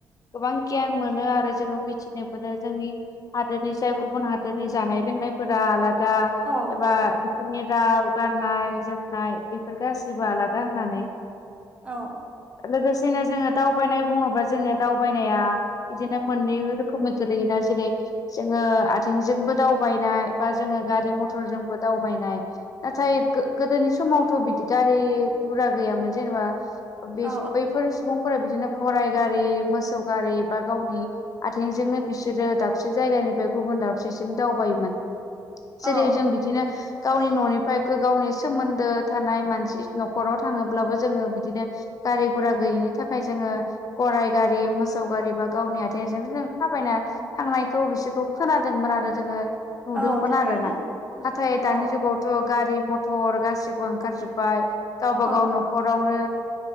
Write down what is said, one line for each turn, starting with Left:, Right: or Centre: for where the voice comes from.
Left: गोबां गियान मोनो आरो जोङो मिथिनो मोनो जोंनि हादोरनि जाय गुबुन हादोरनि जानाय लोंनाय फुरा आलादा
Right: औ
Left: एबा जोंनि राव गाननाय जोमनाय बेफोर गासैबो आलादा होनानै
Right: औ
Left: लोगोसेनो जोङो दावबायनाय बुङोबा जोंनिया दावबायनाया बिदिनो मोननै रोखोमनि गोलैयो। जेरै जोङो आथिंजोंबो दावबायनाय बा जोङो गारि मथरजोंबो दावबाय नाय नाथाय गोदोनि समावथ बिदि गारि गुरा गैयामोन जेनेबा। बे
Right: औ
Left: बैफोर सुबुं फोर बिदिनो फराइ गारि मोसौ गारि बा गावनि आथिंजोंनो बिसोरो दाबसे जायगानि निफ्राय गुबुन दाबसेसिम दावबायोमोन
Right: औ
Left: जेरै जों बिदिनो गावनि ननिफ्राय गावनि सोमोन्दो थानाय मानसि नखराव थाङोब्लाबो जोङो बिदिनो गारि गुरा गैयिनि थाखाय जोङो गराइ गारि मोसौ गारि बा गावनि आथिंजोंनो जों थाबायना थांनायखौ बिसोरखौ खोनादोंमोन आरो जोङो नुदोंमोन
Right: औ थारैनो
Left: आरो ना नाथाय
Right: औ
Left: दानि जुगावथ गारि मथर गासिबो ओंखारजोबबाय गावबा
Right: औ
Left: गाव न'खरावनो